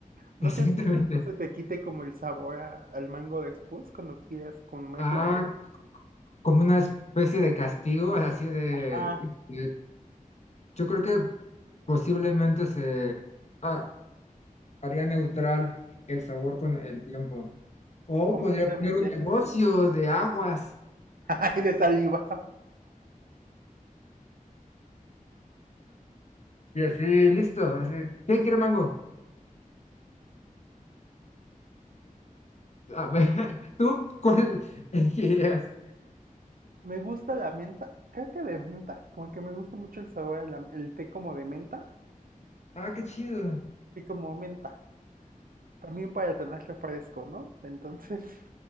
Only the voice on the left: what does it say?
<laughs>
exactamente.
Ah, como una especie de castigo, así de,
de- yo creo que posiblemente se... ah, haría neutral el sabor con el tiempo. O
podría poner un negocio de aguas
y así, listo. Así, ¿quién quiere mango? A ver, <laughs> ¿tú cuál elegirías?
Ah, qué chido.